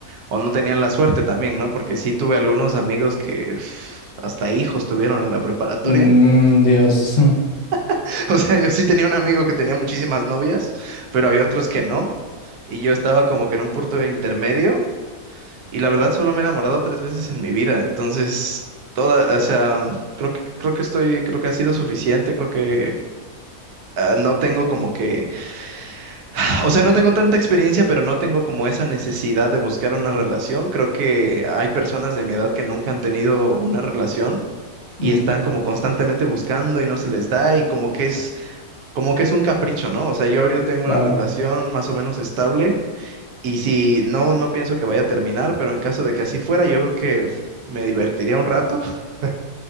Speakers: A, on the right; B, on the left.
A: o no tenían la suerte también, ¿no? Porque sí tuve algunos amigos que uf, hasta hijos tuvieron en la preparatoria.
B: Mm, Dios. <laughs>
A: <laughs> O sea, yo sí tenía un amigo que tenía muchísimas novias, pero había otros que no. Y yo estaba como que en un punto de intermedio. Y la verdad solo me he enamorado tres veces en mi vida. Entonces, toda, o sea, creo que, creo que estoy, creo que ha sido suficiente. Creo que ah, no tengo como que <sighs> O sea, no tengo tanta experiencia, pero no tengo como esa necesidad de buscar una relación. Creo que hay personas de mi edad que nunca han tenido una relación y
B: Mm,
A: están como constantemente buscando y no se les da y como que es como que es un capricho, ¿no? O sea, yo ahorita tengo
B: claro.
A: una relación más o menos estable y si no no pienso que vaya a terminar, pero en caso de que así fuera, yo creo que f- me divertiría un rato <laughs>